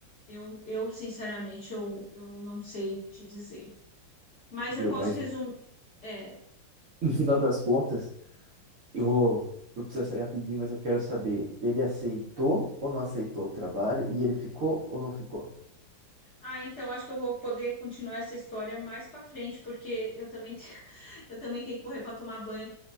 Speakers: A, on the left; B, on the right.
A: Eu, eu sinceramente, eu, eu não sei te dizer. Mas
B: viu?
A: eu posso
B: Mas
A: resumir.
B: no
A: É.
B: no final das contas Eu vou, eu preciso sair rapidinho, mas eu quero saber, ele aceitou ou não aceitou o trabalho e ele ficou ou não ficou?
A: Ah, então acho que eu vou poder continuar essa história mais para frente, porque eu também, te- <laughs> eu também tenho que correr para tomar banho,